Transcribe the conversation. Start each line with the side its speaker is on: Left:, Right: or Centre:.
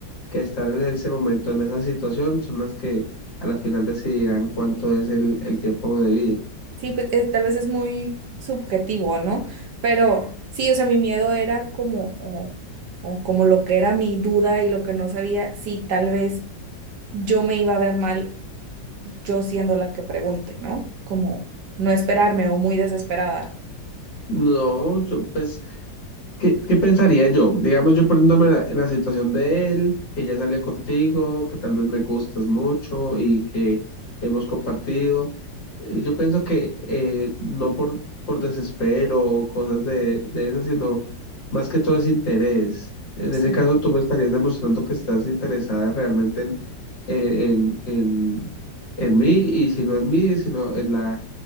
Left: que están en ese momento, en esa situación, son las que a la final decidirán cuánto es el, el tiempo debido.
Right: Sí, pues, eh, tal vez es muy subjetivo, ¿no? Pero sí, o sea, mi miedo era como, o, o como lo que era mi duda y lo que no sabía, si tal vez yo me iba a ver mal, yo siendo la que pregunte, ¿no? Como no esperarme o muy desesperada.
Left: No, yo pues ¿Qué, qué pensaría yo? Digamos, yo poniéndome en la, en la situación de él, que ya salió contigo, que tal vez me gustas mucho y que hemos compartido. Eh, Yo pienso que eh, no por, por desespero o cosas de, de esas, sino más que todo es interés. En
Right: Sí.
Left: ese caso, tú me estarías demostrando que estás interesada realmente en, en, en, en, en mí, y si no en mí, sino en la